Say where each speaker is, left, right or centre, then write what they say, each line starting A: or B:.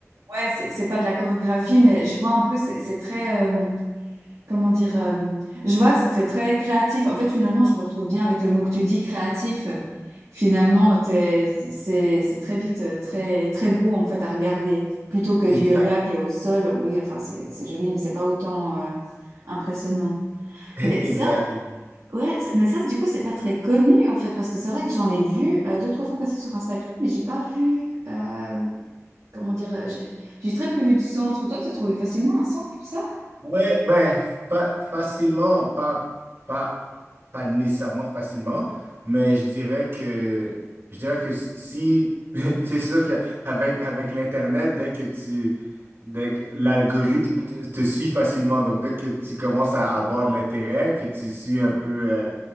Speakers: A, on the right; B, on the right.
A: ouais, c'est c'est pas de la chorégraphie, mais je vois un peu, c'est c'est très, euh, comment dire, euh, je vois que ça fait très créatif. En fait, finalement, je me retrouve bien avec le mot que tu dis, créatif. Finalement, t'es- c'est c'est très vite, euh, très très beau en fait à regarder, plutôt que
B: Exact.
A: du yoga qui est au sol. Oui, enfin, c'est c'est joli, mais c'est pas autant euh, impressionnant.
B: <laughs> Exact,
A: Mais ça,
B: exact.
A: ouais, c'est- mais ça, du coup, c'est pas très connu en fait, parce que c'est vrai que j'en ai vu euh, deux, trois fois passer sur Instagram, mais j'ai pas vu, euh, comment dire, euh, j'ai j'ai très peu vu de centre. Toi, tu as trouvé facilement un centre pour ça?
B: Ouais, ben, fa- facilement, pas, pas, pas nécessairement facilement, mais je dirais que, je dirais que si, <laughs> c'est sûr qu'avec, avec l'Internet, dès que tu, dès que l'algorithme te, te suit facilement, donc dès que tu commences à avoir de l'intérêt, que tu suis un peu euh,